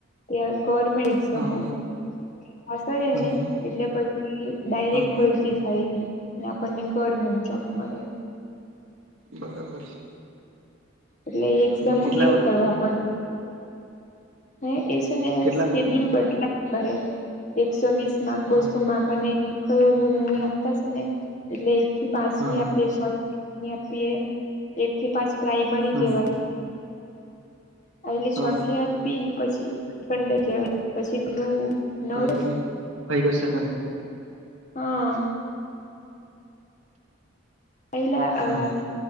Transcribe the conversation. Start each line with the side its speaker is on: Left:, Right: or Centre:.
Left: ત્યાર ગવર્મેન્ટ એક્ઝામ
Right: હા
Left: હોય. પાસ થયેને
Right: હમ
Left: એટલે પછી ડાયરેક
Right: હા
Left: ભરતી થાય આપણને ગવરમેન્ટ જોબ મળે.
Right: બરાબર છે.
Left: એટલે એક્ઝામ
Right: કેટલા
Left: ક્લિયર કરવા પડે. હે એસને
Right: કેટલામાં
Left: સ્કેડ્યુલ બદલાયા કરે એકસો વીસ માક બસો
Right: હા
Left: માક અને કયા ધોરણની આપતા છે ને. એટલે એક થી પાંચ
Right: હા
Left: ની આપીએ છ ની આપીએ એક થી પાંચ પ્રાાઈમરી
Right: હમ
Left: કેવાય આયલી
Right: હા
Left: છથી હાથ બી પછી કંડ કેવાય પછી પેલું નવડસ
Right: પહી પેલું હાયર સેકન્ડરી
Left: હા પહિલા અ
Right: હમ